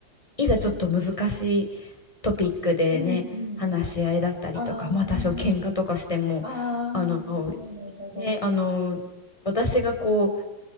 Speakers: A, on the left; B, on the right.
A: いざちょっと難しいトピックでね話し合いだったりとかまあ多少喧嘩とかしてもあの
B: うん、うん。ああ、ああ、なるほど、なるほど。
A: ねあの私がこ